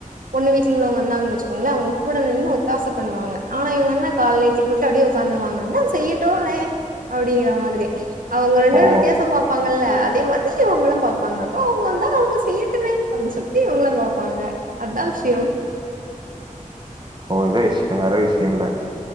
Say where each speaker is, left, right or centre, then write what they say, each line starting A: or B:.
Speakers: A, on the right; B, on the right.
A: பொண்ணு வீடல உள்ளவங்க வந்தாங்கன்னு வச்சுக்கோங்களே அவங்க கூடின்னு ஒத்தாச பண்ணுவாங்க ஆனா இவங்க என்ன கால்நேத்து போட்டு அப்டியே உட்காந்துவாங்கன செய்யட்டுமே அப்டிங்ற மாரி அவுங்க ரெண்டு
B: ஓ
A: பேரு வித்தியாச பாப்பாங்கல்ல அதே மாரிதா இவுங்களு பாபாங்க அப்ப அவுங்க வந்தா அவுங்க செய்யட்டுமே அப்டி சொல்ட்டு இவுங்களு பாப்பாங்க அதா விஷய
B: ஓ இத விஷ்ய வேற விஷ்ய இல்ல